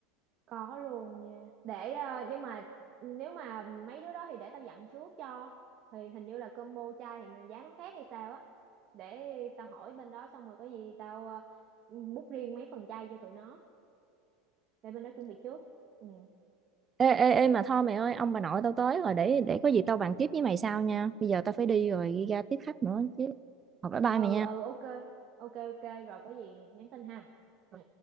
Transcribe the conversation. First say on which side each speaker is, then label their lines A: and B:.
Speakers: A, on the right (about 45°); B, on the right (about 25°).
A: Có luôn nha. Để ờ, nhưng mà nếu mà mấy đứa đó thì để tao dặn trước cho. Thì hình như là combo chai thì nó- giá nó khác hay sao á. Để tao hỏi bên đó xong rồi có gì tao ờ, book riêng mấy phần chai cho tụi nó để bên đó chuẩn bị trước. Ừ.
B: ê ê ê mà thôi mẹ ơi ông bà nội tao tới rồi để để có gì tao bàn tiếp với mày sau nha bây giờ tao phải đi rồi đi ra tiếp khách nữa chứ học bye bye
A: Ừ
B: mày nha
A: ừ ok. Ok ok rồi có gì nhắn tin ha. Ừ.
B: Ừ.